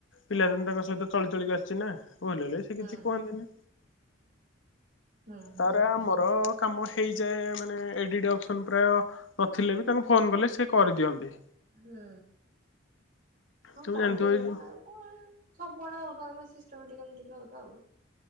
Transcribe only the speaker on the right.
ହଁ
ହୁଁ
ହୁଁ ହୁଁ
ହୁଁ, ହଁ
କରିଦେବେ
ନା ଆଉ। <unintelligible> ସବୁଆଡ ଅଲଗା ଅଲଗା ସିଷ୍ଟମ୍ ଟିକଲ ଟିକେ ଅଲଗା ଆଉ।